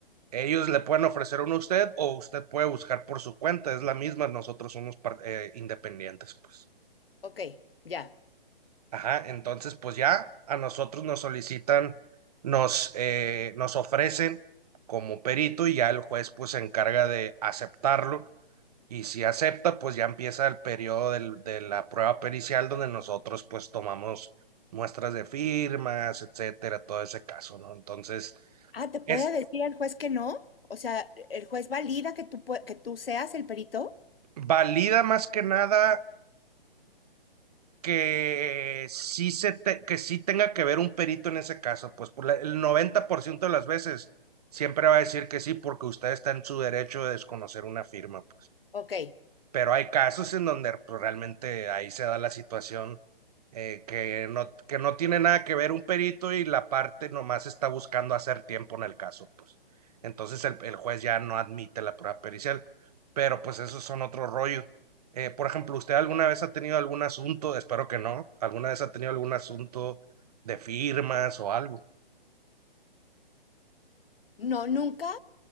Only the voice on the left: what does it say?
Ok, ya.
Ah, ¿te puede
decir el juez que no? O sea, ¿el juez valida que tú, pue- que tú seas el perito?
Ok.
No, nunca,